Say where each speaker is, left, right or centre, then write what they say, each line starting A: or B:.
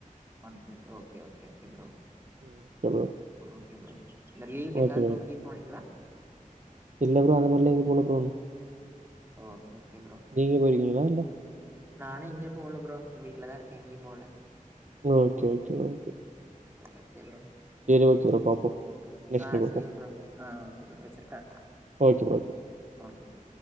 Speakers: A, on the right; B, on the right.
A: one <unintelligible> okay okay bro
B: okay bro
A: okay bro. இந்த லீவுக்கு எங்கயாவது
B: ஓகே ப்ரோ
A: டூர் கீர் போனீங்களா?
B: இல்ல ப்ரோ அது மாரிலா எங்கயு போல ப்ரோ
A: ஓகே ஓகே ப்ரோ
B: நீங்க போயிருக்கீங்களா இல்ல?
A: நானு எங்கயு போல ப்ரோ வீட்லதா இருக்கே எங்கேயு போல
B: okay okay okay
A: okay bro
B: சரி ஓகே ப்ரோ பாப்போம். நெக்ஸ்ட்
A: ஆஹ்
B: டைம் பாப்போம்.
A: சேரி ப்ரோ ஆஹ் ஓகே ப்ரோ வச்சிர்டா.
B: Okay bro okay.
A: Okay bro